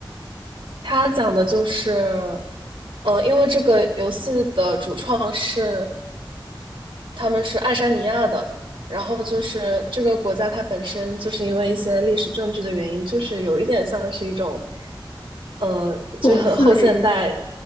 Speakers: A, on the right (about 80°); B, on the left (about 80°).
A: 它讲的就是，呃，因为这个游戏的主创是他们是爱沙尼亚的，然后就是这个国家它本身就是因为一些历史政治的原因，就是有一点像是一种，呃，
B: 讽刺类的。
A: 就是很后现代，